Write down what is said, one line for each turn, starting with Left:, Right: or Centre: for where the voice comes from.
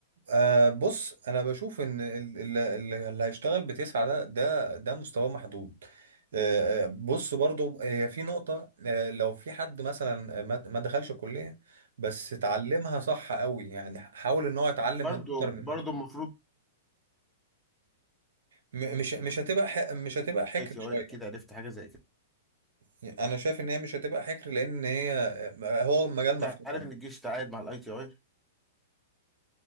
Right: أه بص انا بشوف ان ال- ال- ال- اللي هيشتغل بتسعة ده ده ده مستواه محدود أه آه، بص برضو هي في نقطة أه لو في حد مثلا ما ما دخلش الكلية بس اتعلمها صح قوي يعني حاول ان هو يتعلم
Centre: برضو
Right: من اكتر
Centre: برضو
Right: من مكان
Centre: المفروض
Right: م- مش مش هتبقى ح- مش هتبقى حكر
Centre: اي تي
Right: شوية
Centre: اي اكيد عرفت حاجه زي كده
Right: يعني انا شايف ان هي مش هتبقى حكر لان هي آه، هو مجال
Centre: انت
Right: مفتوح
Centre: عارف
Right: عموماً.
Centre: ان الجيش تعاقد مع الاي تي اي